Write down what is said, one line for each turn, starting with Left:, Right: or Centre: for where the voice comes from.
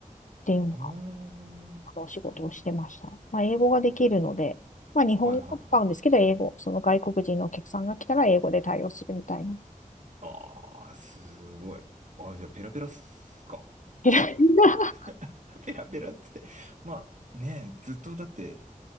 Left: 電話
Right: ー。あ
Left: のお仕事をしてました。まあ、英語ができるので、まあ、日本語を使うんですけど、
Right: あ、はいはいはい。
Left: 英語、その外国人のお客さんが来たら英語で対応するみたいな。
Right: ああ、すごい。ああ、じゃあペラペラっすか。
Left: <laughs>
Right: <laughs> ペラペラっつって。まあ、ねずっとだって